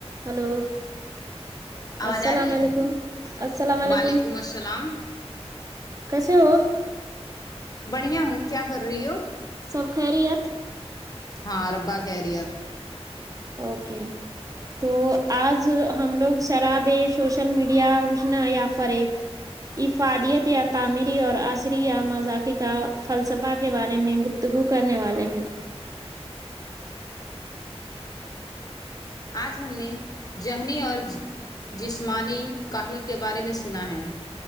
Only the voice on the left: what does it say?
آواز
آ رہی ہے
وعلیکم السلام
بڑھیا ہوں کیا کر رہی ہو
ہاں ربع خیریت
اج ہم نے ذہنی اور جسمانی کاہل کے بارے میں سنا ہے